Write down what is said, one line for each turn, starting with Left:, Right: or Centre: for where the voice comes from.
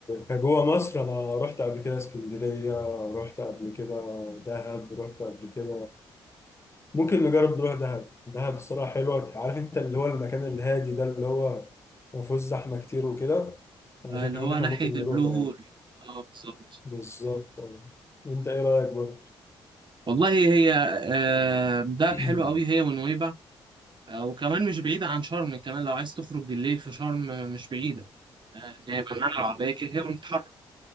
Left: كجوه مصر انا رحت قبل كده اسكندريه رحت قبل كده دهب رحت قبل كده ممكن نجرب نروح دهب دهب الصراحه حلوه عارف انت اللي هو المكان الهادي ده اللي هو ما فيهوش زحمه كتير وكده انا
Right: آه،
Left: شايف
Right: اللي
Left: ان
Right: هو
Left: احنا
Right: ناحية
Left: ممكن نروحه
Right: البلو هول
Left: يعني
Right: اه بالظبط
Left: بالظبط وانت ايه رايك برضه
Right: والله هي آه، دهب
Left: <clears throat>
Right: حلوة قوي هي ونويبع آه، وكمان مش بعيدة عن شرم كمان لو عايز تخرج بالليل في شرم آه، مش بعيدة آه، هيبقى معانا العربية كده كده بنتحرك